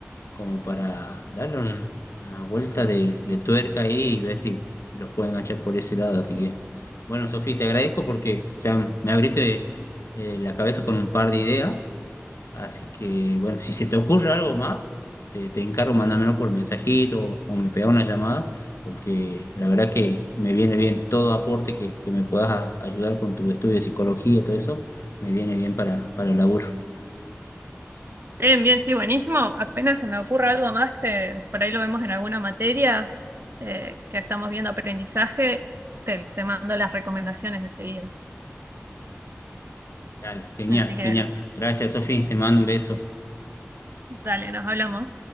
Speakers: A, on the left (about 75°); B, on the right (about 55°).
A: como para darle un- una vuelta de, de tuerca ahí y ver si los pueden enganchar por ese lado. Así que, bueno, Sofía, te agradezco porque ya me abriste eh, la cabeza con un par de ideas. Así que, bueno, si se te ocurre algo más, te, te encargo, mándamelo por mensajito o, o me pega una llamada, porque la verdad que me viene bien todo aporte que, que me puedas a- ayudar con tu estudio de psicología, todo eso, me viene bien para, para el laburo.
B: Bien, bien, sí, buenísimo. Apenas se me ocurre algo más que por ahí lo vemos en alguna materia eh, que estamos viendo aprendizaje, te, te mando las recomendaciones enseguida.
A: Dale, genial,
B: Así que
A: genial. Gracias, Sofía, te mando un beso.
B: dale, nos hablamos.